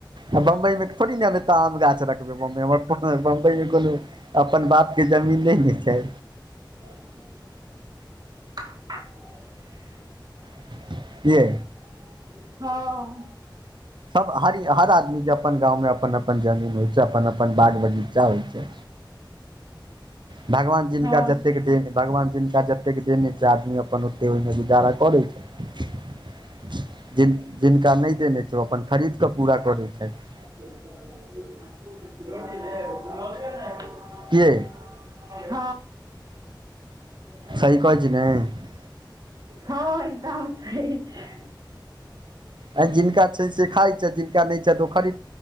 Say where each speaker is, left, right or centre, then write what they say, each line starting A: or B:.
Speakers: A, on the right; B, on the right.
A: आ बम्बई मे थोड़ी ने त आम गाछ रखबै बम्बई हमर बम्बई मे कोनो अपन बाप केँ जमीन नै ने छै
B: <unintelligible>
A: <inaudible> कि यै
B: <inaudible> हँ
A: सब हरी हर आदमी केँ अपन गाँवमे अपन अपन जमीन होइ छै अपन अपन बाग बगीचा होइ छै <unintelligible> भगवान जिनका
B: हँ
A: जतेक दे भगवान जिनका जतेक देन अइ छै आदमी अपन से ओइमें जुगारा करै छै <inaudible> जिन जिनका नै देने छै ओ अपन खरीद कऽ पूरा करै छैथ
B: <unintelligible>
A: कि यै
B: <unintelligible> ह <inaudible>
A: सही कहै छी ने आ
B: हँ एकदम सही छै
A: आ जिनका छै से खाइ छै जिनका नै छै तो ओ खरी